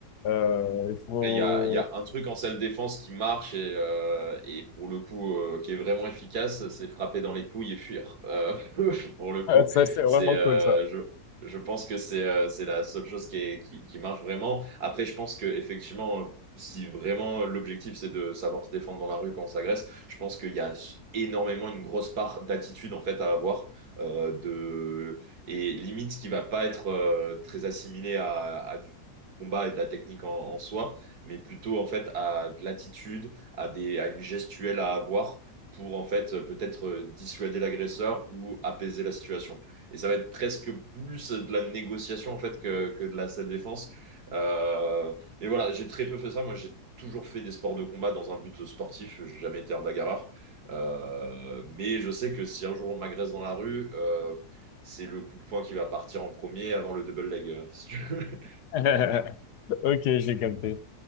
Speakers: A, on the left; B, on the right.
A: Euh, il faut...
B: Il y a, il y a un truc en salle défense qui marche et, euh, et pour le coup euh, qui est vraiment efficace, c'est frapper dans les couilles et fuir. Euh, <laughs> pour le coup,
A: <laughs> Ça, c'est vraiment
B: c'est euh,
A: cool, ça.
B: je, je pense que c'est euh, c'est la seule chose qui, est, qui, qui marche vraiment. Après, je pense que effectivement, si vraiment l'objectif c'est de savoir se défendre dans la rue quand on s'agresse, je pense qu'il y a énormément une grosse part d'attitude en fait à avoir euh, de et limite qui va pas être euh, très assimilée à, à du combat et de la technique en en soi mais plutôt en fait à de l'attitude, à, des, à une gestuelle à avoir pour en fait euh, peut-être euh, dissuader l'agresseur ou apaiser la situation. Et ça va être presque plus de la négociation en fait que, que de la self-défense. Euh, mais voilà, j'ai très peu fait ça. Moi, j'ai toujours fait des sports de combat dans un but sportif. J'ai jamais été un bagarreur. Euh, mais je sais que si un jour on m'agresse dans la rue, euh, c'est le coup de poing qui va partir en premier avant le double leg. euh, Si tu veux.
A: <laughs> Ok, j'ai capté.